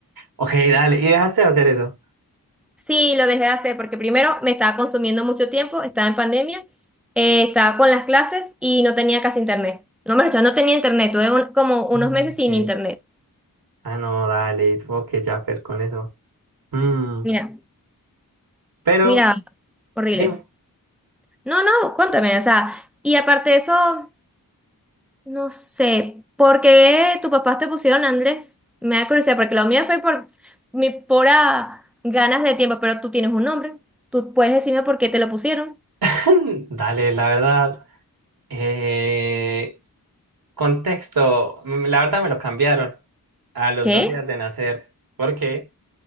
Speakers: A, on the right; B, in the centre.
A: Ok, dale, y dejaste de hacer eso.
B: Sí, lo dejé de hacer porque primero me estaba consumiendo mucho tiempo, estaba en pandemia, eh, estaba con las clases y no tenía casi internet. No me lo no tenía internet, tuve un- como unos
A: Mm,
B: meses sin
A: ok.
B: internet.
A: Ah, no, dale, supongo que ya per con eso. Mm,
B: Mira,
A: pero,
B: mira, horrible.
A: dime.
B: No, no, cuéntame, o sea, y aparte de eso, no sé, ¿por qué tus papás te pusieron Andrés? Me da curiosidad, porque la mía fue por mi pura ganas de tiempo, pero tú tienes un nombre, tú puedes decirme por qué te lo pusieron.
A: <laughs> Dale, la verdad, eh, Contexto, mm, la verdad me lo cambiaron a los
B: ¿Qué?
A: dos días de nacer, porque